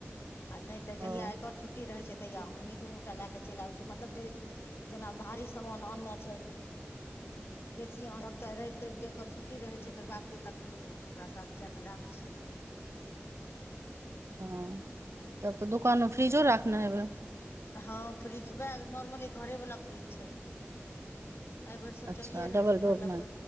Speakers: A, on the left; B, on the right.
A: आ नहि तऽ जहिया
B: ओ
A: एकर छुट्टी रहै छै तहिया
B: हँ
A: हमही दुनू टा लए क चलि आबै छै मतलब जे जेना भारी सामान आननै छै बेसी आनब तऽ रवि तबि कऽ एकर छुट्टी रहै छै एकर बापके तखन ओकरा साथ जा कऽ लए अनै छियै
B: हँ तब तऽ दुकान मे फ्रिजो राखने हेबे
A: हँ फ्रिज उएह नॉर्मले घरे वाला फ्रिज छै एहि बेेर सोचलियै
B: अच्छा
A: रहए
B: डबल
A: जे
B: डोर
A: मतलब
B: मे